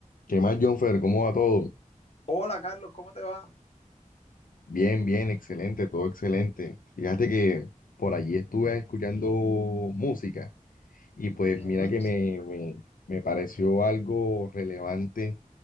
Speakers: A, on the left; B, on the left.
A: ¿Qué más, Jonfer? ¿Cómo va todo?
B: Hola Carlos, ¿cómo te va?
A: Bien, bien, excelente, todo excelente. Fíjate que por allí estuve escuchando música y pues
B: Ujú.
A: mira que me, me, me pareció algo relevante